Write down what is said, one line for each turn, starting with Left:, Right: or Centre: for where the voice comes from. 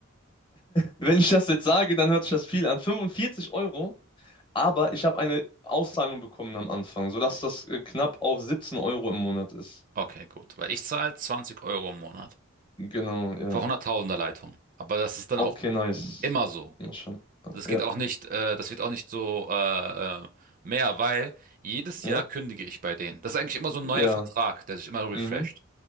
Left: Wenn ich das jetzt sage, dann hört sich das viel an. 45 Euro, aber ich habe eine Auszahlung bekommen am Anfang, sodass das äh, knapp auf 17 Euro im Monat ist.
Right: Okay, gut, weil ich zahle 20 Euro im Monat.
Left: Genau, ja.
Right: vor 100.000er Leitung. Aber das ist dann
Left: Okay,
Right: auch
Left: nice.
Right: immer so.
Left: Mal schauen.
Right: Das
Left: Ja,
Right: geht auch nicht, äh, das wird auch nicht so äh, äh, mehr, weil jedes
Left: ja,
Right: Jahr kündige ich bei denen. Das ist eigentlich immer so ein neuer
Left: ja.
Right: Vertrag, der sich immer refresht.
Left: Mhm,